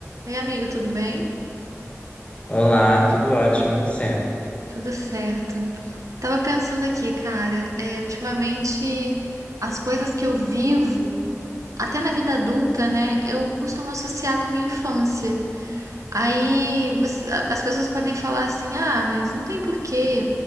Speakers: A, on the right; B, on the left.
A: Oi, amigo, tudo bem?
B: Olá, tudo ótimo, e você?
A: Tudo certo. Tava pensando aqui, cara, é, ultimamente as coisas que eu vivo, até na vida adulta, né, eu costumo associar com a minha infância. Aí você- a- as pessoas podem falar assim: ah, mas não tem por que